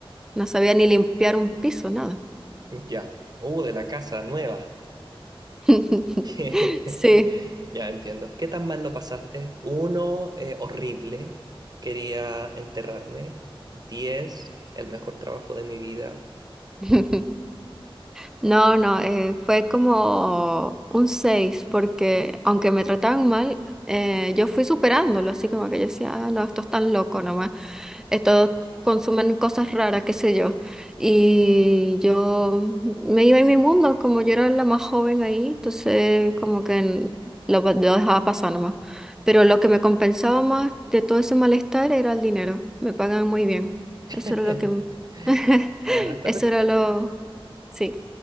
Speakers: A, in the centre; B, on the right (about 45°).
A: No sabía ni limpiar un piso, nada.
B: Ya, uh, de la casa nueva.
A: <laughs>
B: <laughs>
A: Sí.
B: Ya entiendo. ¿Qué tan mal lo pasaste? Uno, eh, horrible. Quería enterrarme. Diez, el mejor trabajo de mi vida.
A: <laughs> No, no, eh, fue como un 6 porque aunque me trataban mal, eh, yo fui superándolo, así como que yo decía, ah, no, esto es tan loco nomás, estos consumen cosas raras, qué sé yo. Y yo me iba en mi mundo, como yo era la más joven ahí, entonces como que en- lo, lo dejaba pasar nomás. Pero lo que me compensaba más de todo ese malestar era el dinero, me pagaban muy bien,
B: <laughs>
A: eso era lo que, <laughs>
B: Ah, está
A: eso
B: perfecto.
A: era lo, sí.